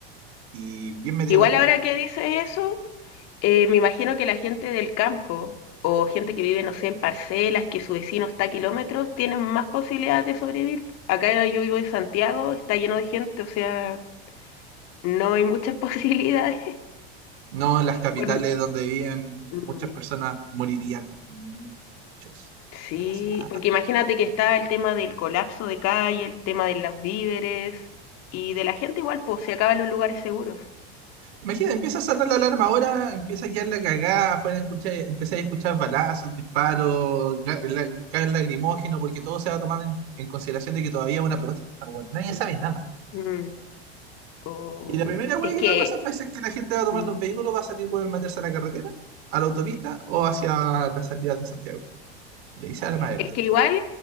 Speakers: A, on the right; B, on the left.
A: y bien metido
B: Igual
A: a la chucha.
B: ahora que dices eso, eh, me imagino que la gente del campo o gente que vive, no sé, en parcelas, que su vecino está a kilómetros, tienen más posibilidades de sobrevivir. Acá yo vivo en Santiago, está lleno de gente, o sea, no hay muchas <laughs> posibilidades.
A: No en las capitales
B: Por-
A: donde viven
B: mm.
A: muchas personas morirían. Muchos.
B: Sí,
A: Demasiado.
B: porque imagínate que está el tema del colapso de calle, el tema de los víveres y de la gente igual, pues se acaban los lugares seguros.
A: Imagina, empieza a sonar la alarma ahora, empieza a quedar la cagada, afuera escucha- empezáis a escuchar balazos, disparos, ga- la- gas lacrimógeno, porque todo se va a tomar en, en consideración de que todavía es una protesta, weón. Nadie sabe nada.
B: Mm. O-
A: Y la primera weá
B: Es
A: que
B: que,
A: va a pasar va a ser que la gente va a tomar
B: mm,
A: los vehículos, va a salir, weón, meterse a la carretera, a la autopista o hacia las salidas de Santiago. Y ahí se arma el
B: es
A: tango.
B: que igual